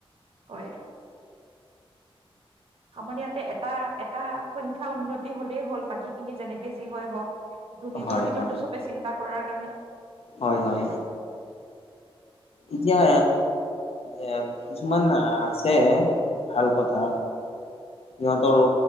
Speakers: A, on the right; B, on the left.
A: হয়। আমাৰ ইয়াতে এটা এটা সংখ্যা উন্নতি হ'লেই হ'ল বাকীখিনি যেনেকে যি হয় হওঁক। টো নিজৰ
B: হয়
A: নিজৰটো
B: হয়
A: চবেই চিন্তা কৰাৰ কাৰণে।
B: হয় হয়। এতিয়া এ কিছুমান আছে ভাল কথা। সিহঁতৰো